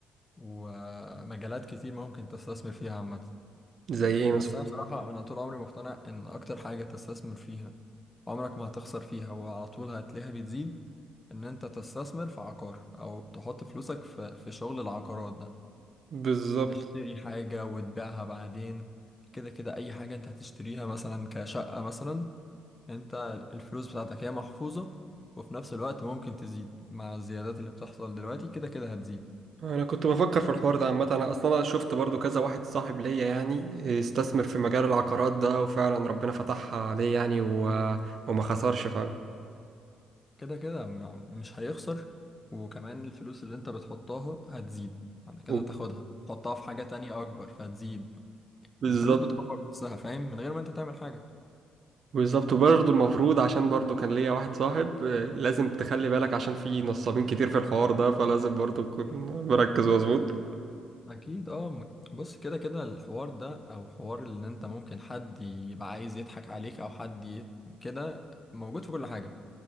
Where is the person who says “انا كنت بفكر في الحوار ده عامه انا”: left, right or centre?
Right